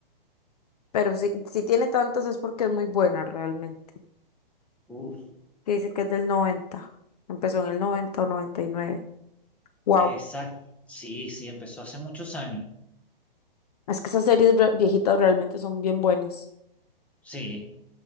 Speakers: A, on the left; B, in the centre.
A: Pero si, si tiene tantos es porque es muy buena realmente.
B: Uf,
A: Que dice que es del noventa, Empezó en el 90 o 99. Wow.
B: Exacto. Sí, sí, empezó hace muchos años.
A: Es que esas series re- viejitas realmente son bien buenas.
B: Sí.